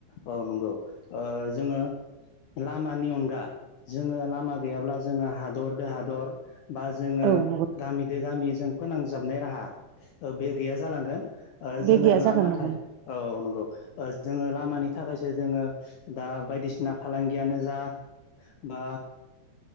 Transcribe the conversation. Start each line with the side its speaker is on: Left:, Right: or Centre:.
Left: औ नंगौ ओ जोङो लामानि अनगा जोङो लामा गैयाब्ला जोङो हादर दो हादर बा जोङो
Right: औ नंगौ
Left: गामिदो गामि जों फोनांजाबनाय राहा बे गैया जालांगोन ओ जोङो
Right: बे गैया
Left: लामा
Right: जागोन नंगौ
Left: था औ औ नंगौ ओ जोङो लामानि थाखाय जोङो दा बायदिसिना फालांगियानो जा बा